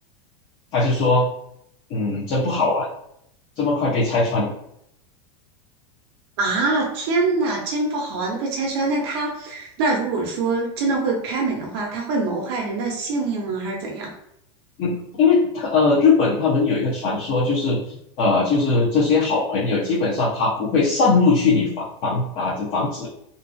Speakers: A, on the left (about 35°); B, on the right (about 55°).
A: 他就说：“嗯，真不好玩，这么快被拆穿了
B: 啊，天呐，真不好玩，都被拆穿，那他，那如果说真的会开门的话，他会谋害人的性命吗？还是怎样
A: 嗯，因为他呃，日本他们有一个传说，就是呃，就是这些好朋友基本上他不会擅入去你房房啊这房子，